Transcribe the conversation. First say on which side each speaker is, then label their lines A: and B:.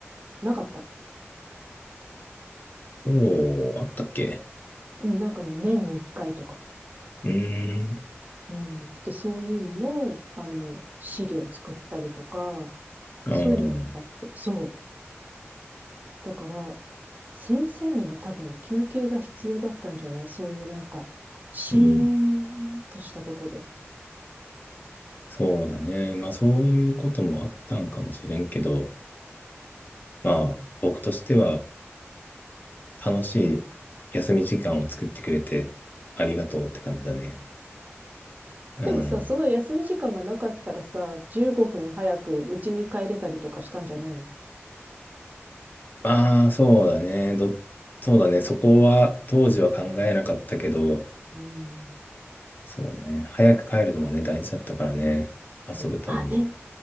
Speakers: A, on the right (about 35°); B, on the left (about 40°).
A: なかった。
B: そう、あったっけ
A: うん、なんかね、年に一回とか。
B: うーん、
A: うん。で、そういうのの、あの、資料作ったりとか、
B: うん、
A: そういうのもあって。そう。だから、先生にも多分休憩が必要だったんじゃないそういうなんか、シー
B: うん。
A: ンとしたとこで。
B: そうだね。まあ、そういうこともあったんかもしれんけど、まあ、
A: うん。
B: 僕としては楽しい休み時間を作ってくれてありがとうって感じだね。うん。
A: でもさ、その休み時間がなかったらさ、15分早く家に帰れたりとかしたんじゃないの
B: ああ、そうだね。ど、そうだね。そこは当時は考えなかったけど、
A: うん。
B: そうね。早く帰るのもね、大事だったからね。遊ぶために。
A: うん、あ、で、